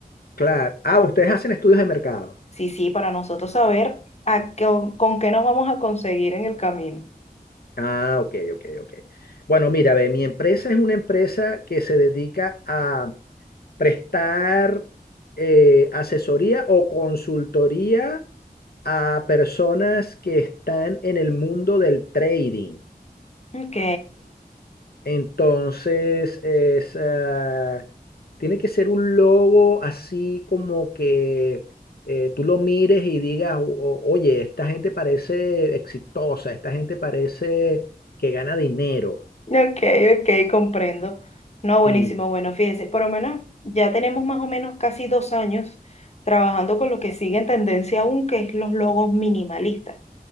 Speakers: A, on the left; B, on the left.
A: Claro. Ah, ustedes hacen estudios de mercado.
B: Sí, sí, para nosotros saber a qué- con qué nos vamos a conseguir en el camino.
A: Ah, ok, ok, ok. Bueno, mira, ve, mi empresa es una empresa que se dedica a prestar eh, asesoría o consultoría a personas que están en el mundo del trading.
B: Ok,
A: Entonces, es, ah, tiene que ser un logo así como que eh, tú lo mires y digas, "O- o- oye, esta gente parece exitosa, esta gente parece que gana dinero.
B: ok, ok, comprendo. No, buenísimo,
A: Sí,
B: bueno, fíjese, por lo menos ya tenemos más o menos casi dos años trabajando con lo que sigue en tendencia aún, que es los logos minimalistas.